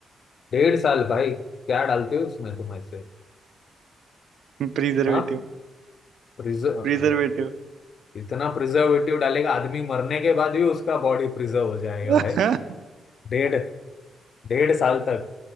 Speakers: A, on the left (about 45°); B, on the right (about 65°).
A: डेढ़ साल भाई क्या डालते हो इसमें तुम ऐसे
B: प्रिजर्वेटिव
A: हाँ प्रिजर्व
B: प्रिजर्वेटिव
A: इतना प्रिजर्वेटिव डालेगा आदमी मरने के बाद भी उसका बॉडी प्रिजर्व हो जाएगा
B: <laughs>
A: भाई डेढ़ डेढ़ साल तक